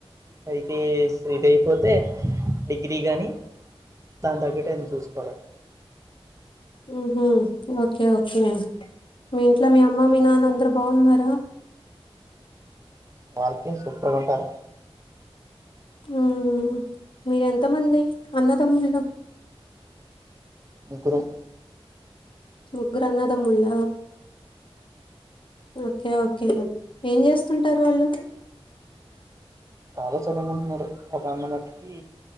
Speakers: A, on the right; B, on the left.
A: అయితే శ్రీదే పోతే డిగ్రీ గానీ దాని తగ్గట్ ఏదన్న చూసుకోవడం
B: ఊహు ఓకే ఓకే మీ ఇంట్లో మీ అమ్మ మీ నాన్న అందరు బాగున్నారా
A: వాళ్ళకే సూపర్గుంటారు
B: ఉమ్ మీరెంతమంది అన్న తమ్ముళ
A: ముగ్గురం
B: ముగ్గురు అన్నదమ్ముళ్ళ ఓకే ఓకే ఏం చేస్తుంటారు వాళ్ళు
A: వాళ్లే చదునుకుంటున్నారుడు ఒక అన్నమట్టుకి